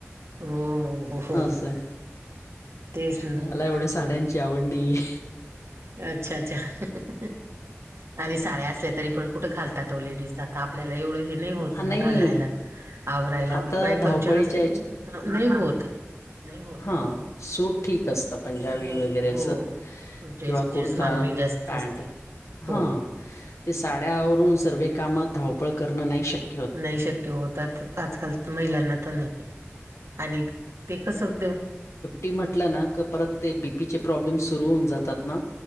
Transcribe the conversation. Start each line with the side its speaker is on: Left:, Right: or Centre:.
Right: हो हो हो
Left: असय
Right: तेच ना
Left: मला एवढे साड्यां. ची आवड नाहीये.
Right: अच्छा अच्छा आणि साड्या असल्या तरी पण कुठं घालतात. लेडीज आता आपल्याला एवढं हे. नाही होत
Left: आ,
Right: न
Left: नाही
Right: घाललायला आवरायला
Left: आता
Right: वगैरे काही
Left: धावपळीच्या
Right: फंक्शन असलं ते नाही होत. नाही होत.
Left: हा सूट ठीक असत पंजाबी
Right: हो
Left: वगैरे असं.
Right: हो ड्रेसचीच
Left: किंवा कुर्ता
Right: मागणी जास्त
Left: पँन्ट
Right: असते
Left: हा
Right: हो
Left: ते साड्यावरून सर्व काम धावपळ करण नाही शकत.
Right: नाही शक्य होत आजकाल महिलांना तर नाही. आणि ते कसं.
Left: ी म्हटलं ना क परत ते बीपीचे प्रॉब्लेम सुरु होऊन जातात ना.